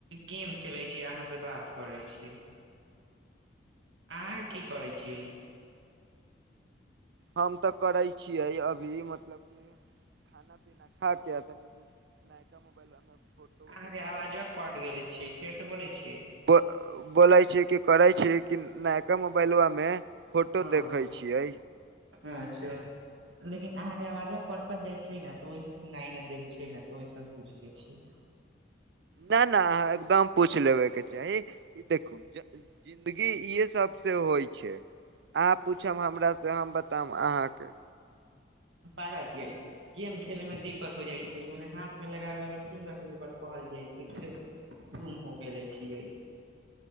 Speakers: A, on the right (about 80°); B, on the right (about 65°).
A: गेम खेलैत छी अहाँ से बात करैत छी। अहाँके
B: मतलब
A: की
B: ओ
A: करै
B: नहि ने
A: छियै?
B: पूछै छै हम तऽ करै छियै अभी मतलब कि खाना पीना खा क तनि नयका मोबाइलमे फोटो
A: अहाँके आवाजवा
B: देखै छियै
A: कट
B: की
A: गेले
B: कहै छै
A: छियै फेर से बोलै छियै
B: बोलै छै कि करै छै कि नयका मोबाइलआ मे फोटो
A: हँ
B: देखै छियै।
A: अच्छा। लेकिन अहाँके आवाज कट कट जाइ छै ने तऽ ओहिसै सुनाई न देल छै त ओहिस हम पूछ ले छियै।
B: ना ना अहाँके एकदम पूछि लेबेके चाही ई देखू जिंन्दगी इहे सब से होइ छै। छै अहाँ पूछब हमरासँ हम बताब अहाँके
A: पारा ज गेम खेले में दिक्कत हो जाइ छै ओहिमे हाथ मे लगाबे वाला फिंगर स्लिपर कहल जाइ छै। तम हो गेल लै छियै